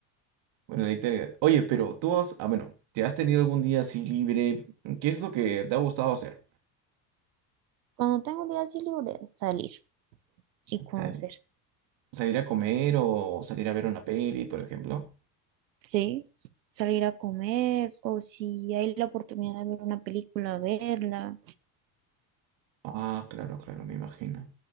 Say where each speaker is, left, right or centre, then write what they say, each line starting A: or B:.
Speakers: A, on the right (about 60°); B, on the right (about 85°).
A: bueno, la lista de- Oye, pero tú has... Ah, bueno, ¿te has tenido algún día así libre? ¿Qué es lo que te ha gustado hacer?
B: Cuando tengo un día así libre, salir y conocer.
A: Sal- ¿Salir a comer o salir a ver una peli, por ejemplo?
B: Sí, salir a comer o si hay la oportunidad de ver una película, verla.
A: Ah, claro, claro, me imagino.